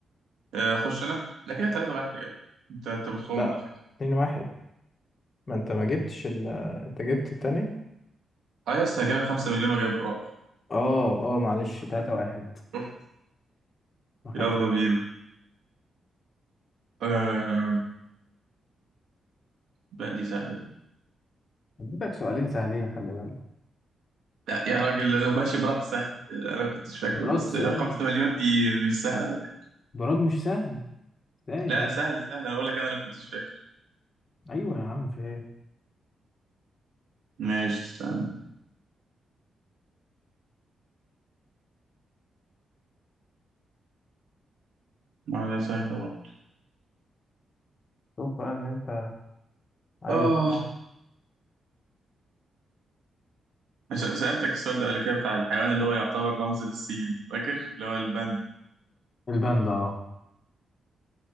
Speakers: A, on the right (about 85°); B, on the left (about 40°).
A: آه، أخش أنا لا كده 3 واحد يا جدع أنت أنت بتخم
B: لا
A: على فكرة
B: اتنين واحد ما انت ما جبتش ال انت جبت التانية
A: أه يس جايب 5 مليون وجايب براغ
B: اه اه معلش 3 واحد
A: شوف
B: ما خدتش
A: يلا
B: بالي
A: بينا آه بقى دي سهلة دي
B: اديتك سؤالين سهلين خلي بالك
A: لا يا راجل لا، ماشي براغ سهل آه، أنا ما كنتش فاكره
B: براج
A: بس
B: سهل
A: 5 مليون دي مش سهلة على فكرة
B: براج مش سهل ازاي
A: لا
B: يا جدع
A: لا سهل سهل أنا بقول لك أنا اللي ما كنتش فاكر
B: ايوه يا عم في ايه
A: ماشي استنى ما ده سهل برضه
B: شوف بقى ان انت عايز
A: آه
B: تصبح
A: س- سألتك السؤال ده قبل كده بتاع الحيوان اللي هو يعتبر رمز للصين فاكر اللي هو الباندا
B: الباندا اه